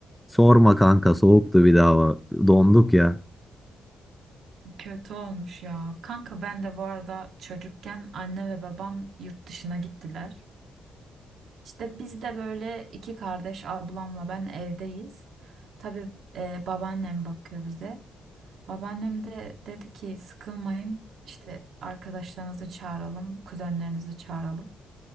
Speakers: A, in the centre; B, on the right (about 70°).
A: Sorma kanka soğuktu bir daha. Donduk ya.
B: Kötü olmuş ya. Kanka ben de bu arada çocukken anne ve babam yurt dışına gittiler. İşte biz de böyle iki kardeş ablamla ben evdeyiz. Tabii e, babaannem bakıyor bize. Babaannem de dedi ki sıkılmayın işte arkadaşlarınızı çağıralım, kuzenlerinizi çağıralım.